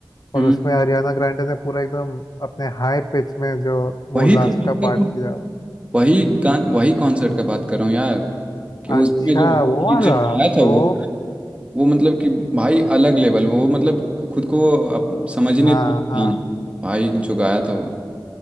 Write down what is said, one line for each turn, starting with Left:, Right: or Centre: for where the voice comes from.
Right: हम्म,
Left: और उसमें हरियाणा ग्रांडे ने पूरा एकदम अपने हाई पिच में जो वो
Right: वही तो
Left: लास्ट
Right: बात
Left: का
Right: कर
Left: पार्ट
Right: रहा हूँ।
Left: किया
Right: वही गान वही कॉन्सर्ट का बात कर रहा हूँ यार कि उसमें
Left: अच्छा
Right: जब
Left: वो
Right: <laughs>
Left: वाला
Right: जब आया था
Left: ओ
Right: वो वो मतलब कि भाई अलग लेवल वो मतलब खुद को अप, समझ ही
Left: हाँ
Right: नहीं था
Left: हाँ
Right: भाई जो गाया था वो